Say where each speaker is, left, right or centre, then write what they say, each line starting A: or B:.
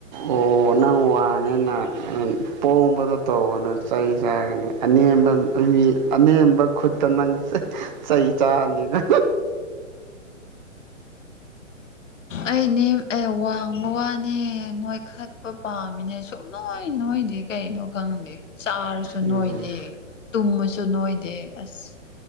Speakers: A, on the right; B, on the left.
A: ꯑꯣ ꯅꯪ ꯋꯥꯡꯉꯦꯅ ꯄꯣꯡꯕꯗꯣ ꯇꯧꯒꯅꯣ ꯆꯩ ꯆꯥꯒꯅꯤ ꯑꯅꯦꯝꯕ ꯃꯤ ꯑꯅꯦꯝꯕ ꯈꯨꯠꯇ ꯅꯪ ꯆꯩ ꯆꯥꯔꯅꯤ <unintelligible>
B: ꯎꯝ ꯑꯩꯅꯦ ꯑꯦ ꯋꯥꯡꯕ ꯋꯥꯅꯦ ꯅꯣꯏꯈꯠꯄ ꯄꯥꯝꯃꯤꯅꯦ ꯁꯨꯡ ꯅꯣꯏꯅꯦ ꯅꯣꯏꯗꯤ ꯀꯩꯩꯅꯣ ꯈꯪꯗꯦ ꯆꯥꯔꯁꯨ
A: ꯎꯝ
B: ꯅꯣꯏꯗꯦ ꯇꯨꯝꯃꯁꯨ ꯅꯣꯏꯗꯦ ꯑꯁ